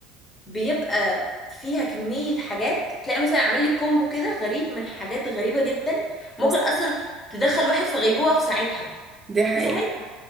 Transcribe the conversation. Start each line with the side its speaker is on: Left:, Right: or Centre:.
Left: بيبقى فيها كمية حاجات تلاقي مثلا عامل لك كومبو كده غريب من حاجات غريبة جدا ممكن
Right: بس
Left: اصلا تدخل واحد في غيبوبة في ساعتها
Right: دي حقيقة
Left: في ساعتها